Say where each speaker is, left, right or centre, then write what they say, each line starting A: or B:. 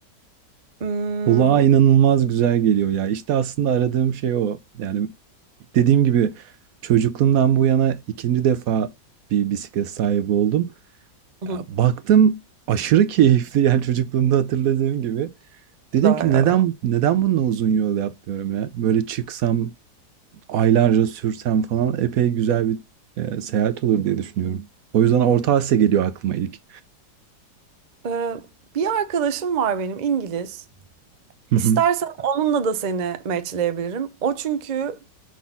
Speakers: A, on the right; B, on the right.
A: Hmm,
B: Kulağa inanılmaz güzel geliyor ya. İşte aslında aradığım şey o. Yani Dediğim gibi çocukluğumdan bu yana ikinci defa bir bisiklet sahibi oldum.
A: hı,
B: Ya, baktım aşırı <laughs> keyifli yani çocukluğumda hatırladığım gibi. Dedim
A: güzel
B: ki neden
A: ya.
B: neden bununla uzun yol yapmıyorum ya? Böyle çıksam aylarca sürsem falan epey güzel bir e, seyahat olur diye düşünüyorum. O yüzden Orta Asya geliyor aklıma ilk.
A: Ee, bir arkadaşım var benim İngiliz.
B: Hı
A: İstersen
B: hı,
A: onunla da seni matchleyebilirim. O çünkü